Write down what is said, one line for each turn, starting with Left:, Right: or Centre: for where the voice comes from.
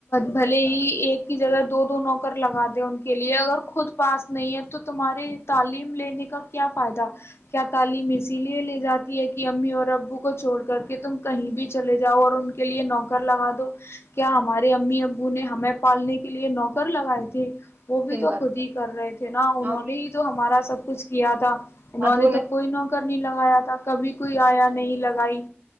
Left: بھلے ہی ایک کی جگہ دو دو نوکر لگاتے ان کے لیے اگر خود پاس نہیں ہے تو تمہاری تعلیم لینے کا کیا فائدہ کیا تعلیم اسی لیے لے جاتی ہے کہ امی اور ابو کو چھوڑ کر کہ تم کہیں بھی چلے جاؤ اور ان کے لیے نوکر لگا دو کیا ہمارے امی ابو نے ہمیں پالنے کے لیے نوکر لگائے تھے وہ بھی
Right: صحیح
Left: تو
Right: بات
Left: خود
Right: ہے
Left: ہی کر رہے تھے نا
Right: یہاں
Left: انہوں نے ہی تو ہمارا سب کچھ کیا تھا انہوں
Right: خاتون
Left: نے
Right: ہے،
Left: تو کوئی نوکر نہیں لگایا تھا کبھی کوئی آیا نہیں لگائی